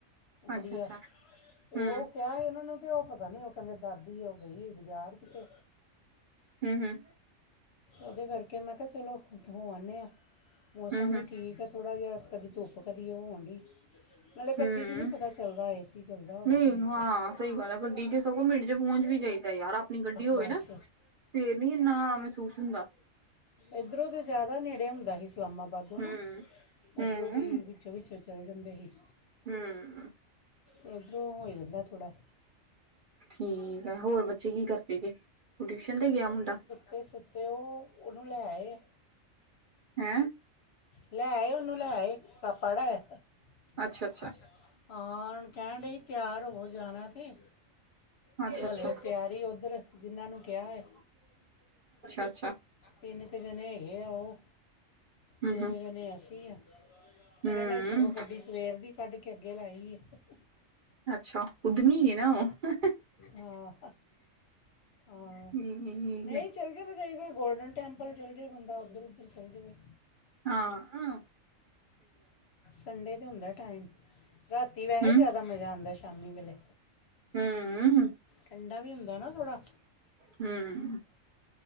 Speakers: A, on the left; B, on the right.
A: ਗੁੜੀਆ
B: ਅੱਛਾ-ਅੱਛਾ
A: ਤੇ ਓ
B: ਹੂੰ
A: ਕੇਹਾ ਹੀ ਓਨਾਂ ਨੂੰ ਤੇ ਓ ਪਤਾ ਨੀ ਕੈੰਦੇ ਦਾਦੀ ਓ ਗਈ ਬਜ਼ਾਰ ਕੀਤੇ
B: ਹੂੰ-ਹੂੰ।
A: ਓਦੇ ਕਰਕੇ ਮੈਂ ਕੇਆ ਚਲੋ ਹੋ ਆਾਣੇ ਆ ਮੌਸਮ
B: ਹੂੰ ਹੂੰ
A: ਵੀ ਠੀਕ ਐ। ਥੋੜ੍ਹਾ ਜੇਹਾ ਕਦੀ ਧੁੱਪ ਕਦੀ ਓ ਹੋਣ ਡੀ ਨਾਲੇ ਗੱਡੀ
B: ਹੂੰ
A: ਚ ਨੀ ਪਤਾ ਚੱਲਦਾ ਏਸੀ ਚੱਲਦਾ ਹੋਵੇ
B: ਨਹੀਂ
A: ਤੇ ਵਿੱਚ ਹਾਂ
B: ਸਹੀ ਹੈ
A: ਸਈ
B: ਗੱਡੀ
A: ਗੱਲ ਐ-
B: ਚ ਸਗੋਂ ਮਿੰਟ ਚ ਪੋਂਚ ਵੀ ਜਾਇਦਾ ਯਾਰ ਆਪਣੀ ਗੱਡੀ ਹੋਵੇ
A: ਬਸ
B: ਨਾ ਫੇਰ ਨੀ ਇੰਨਾ ਮਹਿਸੂਸ ਹੁੰਦਾ।
A: ਏੱਧਰੋਂ ਤੇ ਜਾਦਾ ਨੇੜੇ ਹੁੰਦਾ ਸੀ ਇਸਲਾਮਾਬਾਦੋ
B: ਹੂੰ-ਹੂੰ,
A: ਨਾ ਓਧਰੋਂ
B: ਹੂੰ
A: ਦੀ ਵਿੱਚੋਂ-ਵਿੱਚੋਂ ਚੱਲ ਜਾਂਦੇ ਹੀ।
B: ਹੂੰ।
A: ਏਧਰੋਂ ਹੋ ਜਾਂਦਾ ਥੋੜਾ
B: ਠੀਕ ਆ ਹੋਰ ਬੱਚੇ ਕੀ ਕਰਦੇ ਪਏ ਗਏ ੳਹ ਟਿਊਸ਼ਨ ਤੇ ਗਿਆ ਮੁੰਡਾ,
A: ਤੇ ਸੁੱਤੇ ਉਹ ਉਹਨੂੰ ਲੈਏ ਆ
B: ਹੈਂ
A: ਲੈਏ ੳਹਨੂੰ ਲੇ ਆਏ ਪੜ ਆਯਾ ਕਾਕਾ
B: ਅੱਛਾ-ਅੱਛਾ
A: ਹਾ ੳਹਨੂੰ ਹੁਣ ਕਹਿਣ ਢਈ ਤਿਆਰ ਹੋ ਜਾਣਾ ਤੇ
B: ਅੱਛਾ
A: ਤੇ
B: ਅੱਛਾ
A: ਹਲੇ ਤਿਆਰੀ ਉਧਰ ਜਿਨ੍ਹਾਂ ਨੂੰ ਕਿਹਾ ਹੈ
B: ਅੱਛਾ
A: ਤਿੰਨ ਕੁ ਜਣੇ ਹੈਗੇ ਉਹ
B: ਹੂੰ-ਹੂੰ,
A: ਦੋ ਜਣੇ ਐ ਦੱਸੀ ਆ,
B: ਹੂੰ,
A: ਇਹਨਾਂ ਨੇ ਸਗੋਂ ਗੱਡੀ ਸਵੇਰ ਦੀ ਕੱਢਕੇ ਅੱਗੇ ਲਾਈ ਆ।
B: ਅੱਛਾ, ਉਦਮੀ ਏ ਨਾ ਉਹ।
A: ਹਾਂ ਹਾਂ,
B: ਠੀਕ
A: ਨਹੀਂ
B: ਹੈ।
A: ਚੱਲ-ਚਲ ਜਾਈਦਾ ਗੋਲਡਨ ਟੈਂਪਲ ਚੱਲ ਜੇ ਬੰਦਾ, ਉੱਧਰ-ਉੱਧਰ ਚੱਲ ਜਵੇ।
B: ਹਾਂ, ਅਂ
A: ਸੰਡੇ ਤੇ ਹੁੰਦਾ ਟਾਈਮ, ਰਾਤੀ ਵੈਹੇ
B: ਹੂੰ,
A: ਜਿਆਦਾ ਮਜ਼ਾ ਆਂਦਾ ਸ਼ਾਮੀ ਵੇਲੇ।
B: ਹੂੰ,
A: ਠੰਡਾ ਵੀ ਹੁੰਦਾ ਨਾ ਥੋੜ੍ਹਾ
B: ਹੂੰ